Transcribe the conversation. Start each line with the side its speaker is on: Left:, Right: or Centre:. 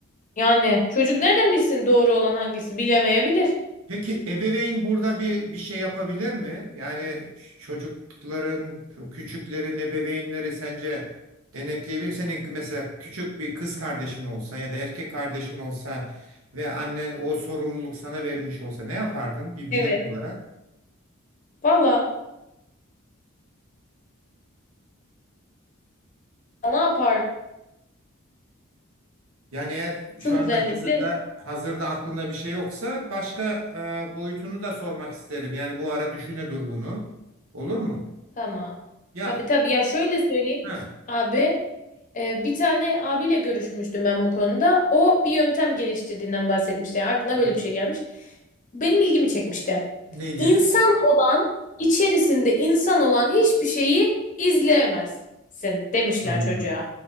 Left: Yani çocuk nereden bilsin doğru olan hangisi bilemeyebilir.
Right: Peki ebeveyn burada bir bir şey yapabilir mi? Yani ç- çocukların, küçüklerin ebeveynleri sence denetleyebilir? mi? Senin mesela küçük bir kız kardeşin olsa ya da erkek kardeşin olsa ve annen o sorumluluk sana verilmiş olsa ne yapardın bir bilen
Left: Evet.
Right: olarak?
Left: Valla ne yaparsın
Right: Yani eğer şu
Left: özellikle?
Right: anda hazırda hazırda aklında bir şey yoksa başka e, boyutunu da sormak isterim. Yani bu ara düşüne dur bunu. Olur mu?
Left: Tamam.
Right: Ya
Left: Tabii tabii. Ya şöyle söyleyeyim.
Right: ha.
Left: Abi e, bir tane abiyle görüşmüştüm ben bu konuda. O bir yöntem geliştirdiğinden bahsetmişti. Yani aklına
Right: Ne-
Left: böyle bir şey gelmiş. Benim ilgimi çekmişti.
Right: Neydi?
Left: İnsan olan, içerisinde insan olan hiçbir şeyi izleyemezsin demişler
Right: Hmm.
Left: çocuğa.